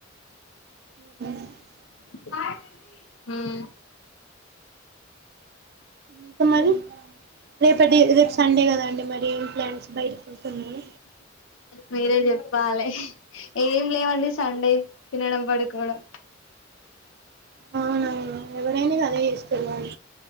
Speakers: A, on the right; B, on the left.
A: <unintelligible>
B: <unintelligible> మ్
A: ఇక మరి రేపటి రేపు సండే కదా అండి మరి ప్లెండ్స్ బయటి వెళ్తున్నారా
B: మీరే చెప్పాలి ఏం లేవండి సండే తినడం పడుకోవడం
A: అవునా ఎవరైనా గదే చేస్తరుగా